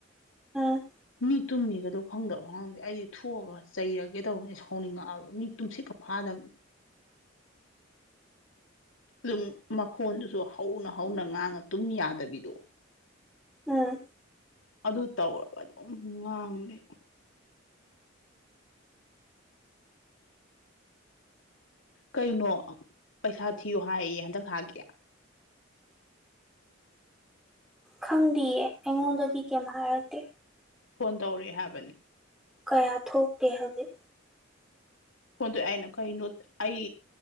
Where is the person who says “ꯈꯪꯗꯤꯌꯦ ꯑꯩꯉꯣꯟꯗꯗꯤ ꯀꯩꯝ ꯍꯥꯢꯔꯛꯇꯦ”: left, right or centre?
Centre